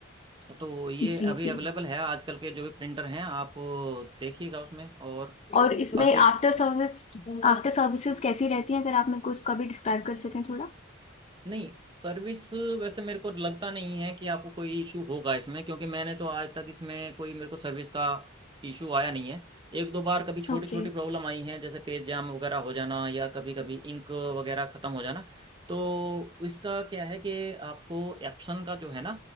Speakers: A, on the right (about 25°); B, on the left (about 35°).
A: तो ये
B: जी
A: अभी
B: जी
A: अवेलेबल है आजकल के जो भी प्रिंटर हैं आप देखिएगा उसमें और
B: और इसमें
A: बाकी
B: आफ्टर सर्विस आफ्टर सर्विसेज कैसी रहती हैं अगर आप मेरे को उसका भी डिस्क्राइब कर सकें थोड़ा
A: नहीं सर्विस वैसे मेरे को लगता नहीं है कि आपको कोई इशू होगा इसमें क्योंकि मैंने तो आज तक इसमें कोई मेरे को सर्विस का इशू आया नहीं है एक दो बार कभी छोटी
B: ओके
A: छोटी प्रॉब्लम आई है जैसे पेज जाम वगैरह हो जाना या कभी कभी इंक वगैरह ख़त्म हो जाना तो इसका क्या है कि आपको एप्सन का जो है ना